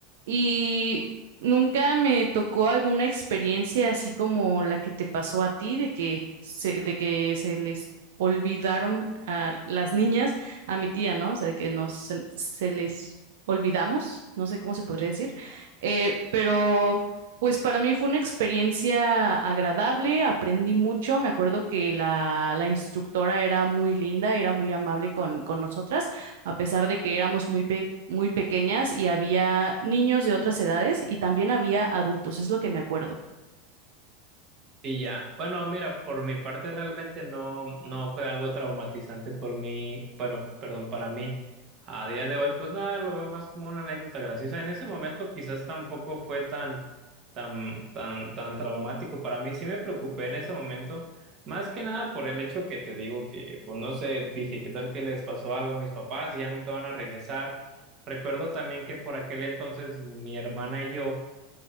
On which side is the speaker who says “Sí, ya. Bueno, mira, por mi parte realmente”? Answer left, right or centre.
Right